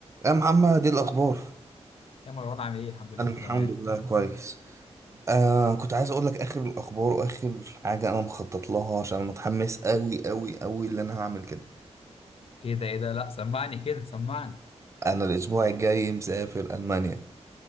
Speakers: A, on the right; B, on the left.
A: يا محمد ايه الاخبار
B: يا مروان عامل ايه الحمد لله
A: انا
B: كله
A: الحمد
B: تمام
A: لله كويس آه كنت عايز اقول لك اخر الاخبار واخر حاجه انا مخطط لها عشان أنا متحمس قوي قوي قوي اللي انا هعمل كده
B: ايه ده ايه ده لا سمعني كده سمعني
A: انا الاسبوع الجاي مسافر المانيا